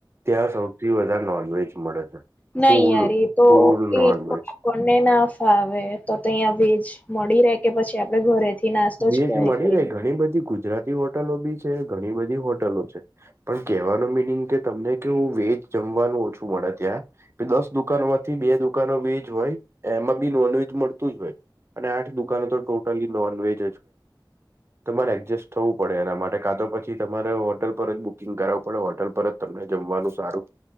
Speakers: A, on the right (about 30°); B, on the left (about 20°).
A: ત્યાં સૌથી વધારે નોનવેજ મળે છે
B: નહીં
A: ફૂલ
B: યાર એ તો
A: ફૂલ નોનવેજ
B: એ કોને ના ફાવે તો અહીંયા વેજ મળી રહે કે પછી આપડે ઘરેથી નાસ્તો
A: વીજ
B: જ ક્યારે
A: મળી
B: કરી
A: રહે ઘણી બધી ગુજરાતી હોટલો બી છે ઘણી બધી હોટલો છે પણ કેહેવાનું મિનિંગ કે તમને કેવું વેજ જમવાનું ઓછું મળે ત્યાં દસ દુકાનો થી બે દુકાનો વેજ હોય એમાં બી નોન વજ મળતું જ હોય અને આઠ દુકાનો તો ટોટલી નોનવેજ તમારે એડજસ્ટ થવું પડે એના માટે કા તો પછી થી તમારે હોટલ પર જ બુકિંગ કરાવવું પડે હોટલ પર જ તમને જમવાનું સારું